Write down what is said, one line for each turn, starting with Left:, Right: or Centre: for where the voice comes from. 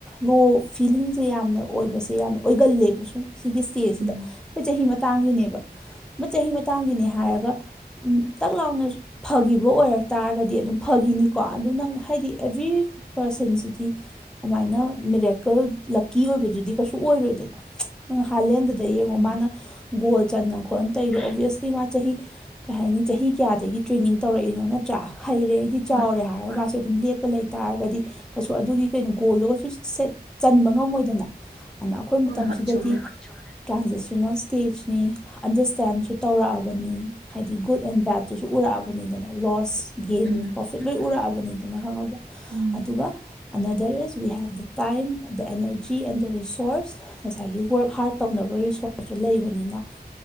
Centre: ꯂꯣ ꯐꯤꯂꯤꯡꯁꯦ ꯌꯥꯝꯅ ꯑꯣꯏꯕꯁꯦ ꯌꯥꯝꯅ ꯑꯣꯏꯒꯜꯂꯦꯕ ꯁꯨꯝ ꯁꯤꯒꯤ ꯏꯁꯇꯦꯖꯁꯤꯗ
Right: ꯎꯝ
Centre: ꯑꯩꯈꯣꯏ ꯆꯍꯤ ꯃꯇꯥꯡꯒꯤꯅꯦꯕ ꯆꯍꯤ ꯃꯇꯥꯡꯒꯤꯅꯦ ꯍꯥꯏꯔꯒ ꯇꯛ ꯂꯥꯎꯅ ꯐꯈꯤꯕ ꯑꯣꯏꯔꯛ ꯇꯥꯔꯒꯗꯤ ꯑꯗꯨꯝ ꯐꯈꯤꯅꯤꯀꯣ ꯑꯗꯨ ꯅꯪ ꯍꯥꯏꯗꯤ ꯑꯦꯚ꯭ꯔꯤ ꯄꯥꯔꯁꯟꯁꯤꯗꯤ ꯑꯗꯨꯃꯥꯏꯅ ꯃꯤꯔꯦꯀꯜ ꯂꯛꯀꯤ ꯑꯣꯏꯕꯗꯨꯗꯤ ꯀꯩꯁꯨ ꯑꯣꯏꯔꯣꯏꯗꯅ ꯍꯥꯂꯦꯟꯗꯗ ꯌꯦꯡꯉꯣ
Right: ꯎꯝ
Centre: ꯃꯥꯅ ꯒꯣꯜ ꯆꯟꯗ ꯈꯣꯠꯅ ꯇꯩꯗꯣ ꯑꯣꯚꯌꯁꯂꯤ ꯃꯥ ꯆꯍꯤ ꯀꯩ ꯍꯥꯏꯅꯤ ꯆꯍꯤ ꯀꯌꯥꯗꯒꯤ ꯇ꯭ꯔꯦꯅꯤꯡ ꯇꯧꯔꯛꯏꯅꯣ ꯅꯠꯇ꯭ꯔꯥ ꯍꯩꯔꯦ ꯑꯩꯗꯤ
Right: ꯍꯣꯏ
Centre: ꯆꯥꯎꯔꯦ ꯍꯥꯏꯔ ꯃꯥ ꯑꯗꯨꯝ ꯂꯦꯞꯄ ꯂꯩ ꯇꯥꯔꯒꯗꯤ ꯀꯩꯁꯨ ꯑꯗꯨꯒꯤ ꯀꯩꯅꯣ ꯒꯣꯜꯗꯨꯒꯁꯨ ꯁꯦꯠ ꯆꯟꯕ ꯉꯝꯃꯣꯏꯗꯅ ꯑꯗꯨꯅ ꯑꯩꯈꯣꯏ
Right: ꯍꯣꯏ
Centre: ꯃꯇꯝꯁꯤꯗꯗꯤ
Right: ꯍꯣꯏ ꯆꯨꯝꯃꯦ
Centre: ꯇ꯭ꯔꯥꯟꯖꯤꯁꯅꯦꯜ ꯁ꯭ꯇꯦꯖꯅꯤ ꯑꯟꯗꯔꯁ꯭ꯇꯦꯟꯁꯨ ꯇꯧꯔꯛꯑꯕꯅꯤ ꯍꯥꯏꯗꯤ ꯒꯨꯗ ꯑꯦꯟ ꯕꯦꯗꯨ ꯎꯔꯛꯑꯕꯅꯤꯗꯅ ꯂꯣꯁ ꯒꯦꯟ
Right: ꯎꯝ
Centre: ꯄ꯭ꯔꯣꯐꯤꯠ ꯂꯣꯏ ꯎꯔꯛꯑꯕꯅꯤꯗꯅ ꯈꯪꯉꯕ꯭ꯔꯥ
Right: ꯎꯝ
Centre: ꯑꯗꯨꯒ under is we help the time and the energy and the resources ꯉꯁꯥꯏꯒꯤ ꯋꯔꯛ ꯍꯥꯔꯠ ꯇꯧꯅꯕ ꯔꯤꯁꯣꯔꯁꯇꯨ ꯂꯩꯕꯅꯤꯅ